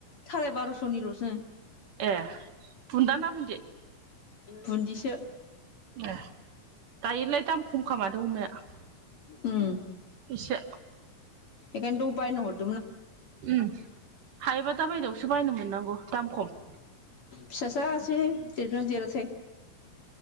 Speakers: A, on the left (about 40°); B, on the right (about 65°).
A: साराय बार'स'निल' नो
B: ए बुन्दा ना बुनदि
A: बुन्दिसो
B: ए दायोलाय दाम खम खादा अमाया
A: उ
B: एसे
A: एखानथ' उबायनो ह
B: उ हायोबा दा बायदेआवसो बायनो मोननांगौ दाम खम
A: फिसासा सोहाय देरगोना देरथाय